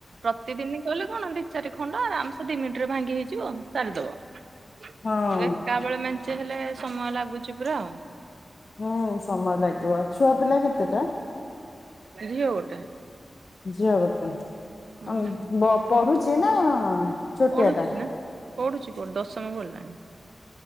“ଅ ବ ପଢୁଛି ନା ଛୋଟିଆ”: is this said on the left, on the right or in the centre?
Left